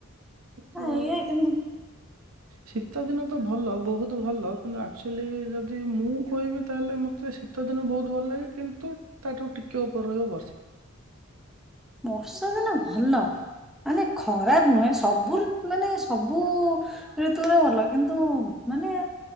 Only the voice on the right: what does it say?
ତୁ
ଶୀତ ଦିନ ତ ଭଲ ବହୁତ ବହୁତ ଭଲ କିନ୍ତୁ ଆକ୍ଚୁଆଲି ଯଦି ମୁଁ କହିବି ତାହେଲେ ମୋତେ ଶୀତଦିନ ବହୁତ ଭଲ ଲାଗେ କିନ୍ତୁ ତାଠାରୁ ଟିକେ ଉପରେ ରହିବ ବର୍ଷା।